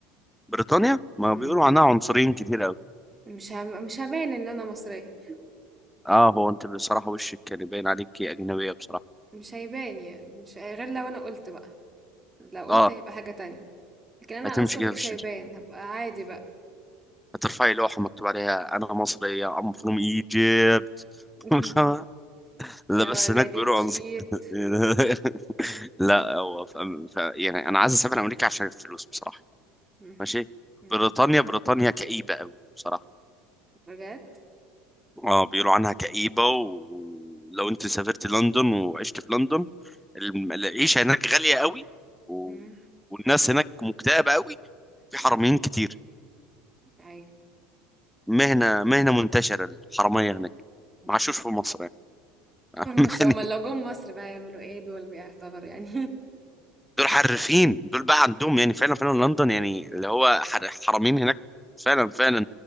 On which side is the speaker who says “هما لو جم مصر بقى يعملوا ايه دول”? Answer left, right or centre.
Right